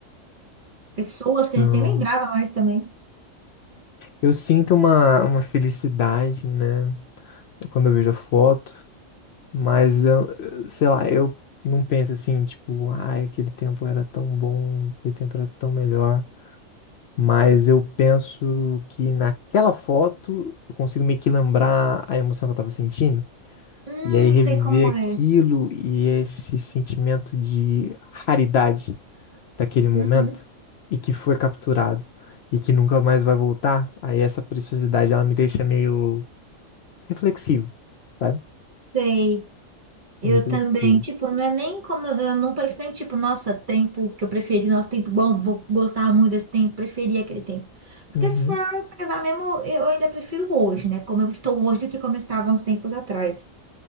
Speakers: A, on the right (about 45°); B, on the left (about 65°).
A: pessoas que
B: Então,
A: a gente nem lembrava mais também.
B: eu sinto uma, uma felicidade, né? Quando eu vejo a foto. Mas eu, eu- sei lá, eu não penso assim, tipo, ai, aquele tempo era tão bom, aquele tempo era tão melhor. Mas eu penso que naquela foto eu consigo meio que lembrar a emoção que eu tava sentindo.
A: Hum,
B: E aí reviver
A: sei como é.
B: aquilo e esse sentimento de raridade daquele momento
A: Uhum,
B: e que foi capturado e que nunca mais vai voltar. Aí essa preciosidade ela me deixa meio reflexivo, sabe?
A: sei. Eu
B: Meio reflexivo.
A: também, tipo, não é nem como eu não penso nem tipo, nossa, tempo que eu preferi, nossa, tempo bom, vou gostar muito desse tempo, preferi aquele tempo. Porque
B: Uhum.
A: se for pesar mesmo, eu ainda prefiro hoje, né? Como eu estou hoje do que como eu estava uns tempos atrás.